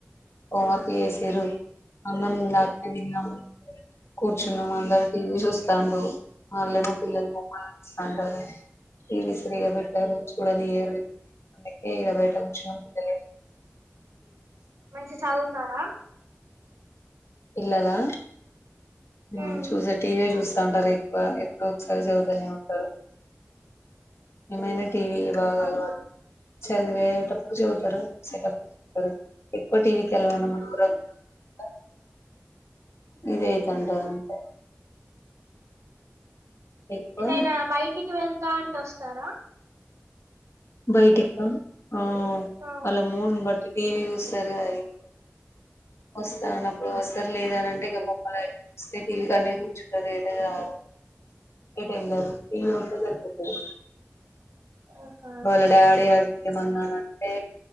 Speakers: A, on the left; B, on the right.
A: హోం వర్క్ చేసిర్రు అన్నం ఇందకనే తిన్నాం కూర్చున్నా అంద టీ వి షోస్ స్తాం అ మ పిలలు పోస్తాంటారు టీవీ స్రీగా పెట్టారు చూడాలయరు ఏ ఇడ బయట కూర్చుం పిల్లలే
B: మంచి చదువుతారా
A: పిల్లల మా
B: ఉమ్
A: చూస్తే టీవీ చూస్తాంటారు ఎక్కువ ఎప్పుడో ఒకసారి చదువు త్తానే ఉంటారు ఏమైనా టీవీ బాగా
B: అవునా
A: అలవా చదివేటప్పుడు చదువుతారు చూసేటప్పుడు చుత్తరు ఎక్కువ టీవీకి <unintelligible> అ గిది అయితాంటరు అంతే ఎక్కువ
B: ఎటైనా బయటికి వెళ్తాంటే వస్తరా
A: బయటిక ఆ
B: ఆ
A: వాల్ల మూడ్ ని బట్టి టీవీ చూస్తారు కదా ఎక్కువ వస్తా అన్నప్పుడు వస్తారు లేద అని అంటే ఇక బొమ్మలస్తే టీవీ కాన్నే కూర్చుంటారు ఏటకి రారు ఏటెళ్ళరు టీవీ వుంటే సరిపొతది
B: ఆహా
A: వాళ్ల డాడి ఏమన్నానంటే